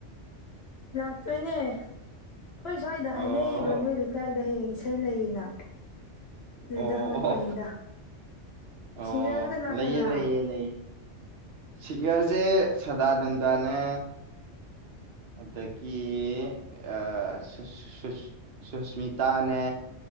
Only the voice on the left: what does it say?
ꯂꯥꯛꯇꯣꯏꯅꯦ ꯑꯩꯈꯣꯏ ꯁ꯭ꯋꯥꯏꯗ ꯍꯥꯏꯅꯩꯕ
ꯅꯣꯏ ꯂꯩꯀꯥꯏꯗ ꯍꯌꯦꯡ ꯏꯁꯩ ꯂꯩꯌꯦꯅ ꯑꯗꯨꯗ
ꯍꯪꯉꯛꯄꯅꯤꯗ
ꯁꯤꯡꯒ꯭ꯔꯅ ꯀꯅꯥ
ꯀꯅꯥ